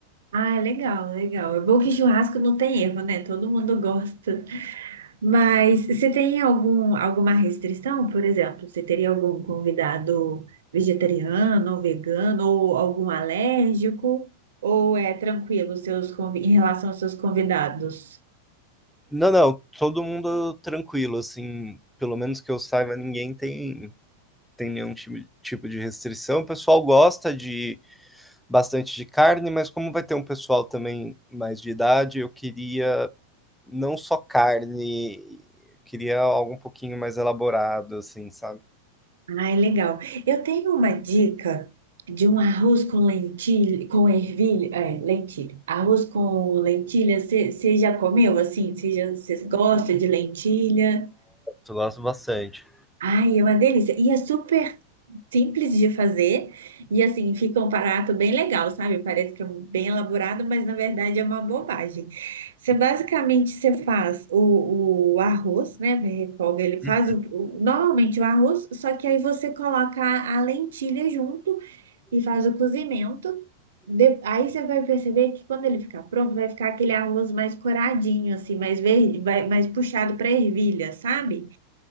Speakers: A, on the right; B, in the centre.
A: Ah, legal, legal. É bom que churrasco não tem erro, né? Todo mundo gosta. Mas você tem algum, alguma restrição, por exemplo? Você teria algum convidado vegetariano ou vegano ou algum alérgico? Ou é tranquilo seus, convi- em relação aos seus convidados?
B: Não, não, todo mundo tranquilo, assim, pelo menos que eu saiba, ninguém tem tem nenhum ti- tipo de restrição. O pessoal gosta de bastante de carne, mas como vai ter um pessoal também mais de idade, eu queria não só carne. Queria algo um pouquinho mais elaborado, assim, sabe?
A: Ai, legal. Eu tenho uma dica de um arroz com lentilha, com ervilha, é, lentilha. Arroz com lentilha, você já comeu assim? Você gosta de lentilha?
B: eu gosto bastante.
A: Ai, é uma delícia. E é super simples de fazer. E assim, fica um prato bem legal, sabe? Parece que é bem elaborado, mas na verdade é uma bobagem. Você basicamente você faz o, o arroz, né? Refoga, ele faz
B: Hum.
A: o, o- normalmente o arroz, só que aí você coloca a, a lentilha junto e faz o cozimento. De- aí você vai perceber que quando ele ficar pronto, vai ficar aquele arroz mais coradinho, assim, mais verde, vai- mais puxado para ervilha, sabe?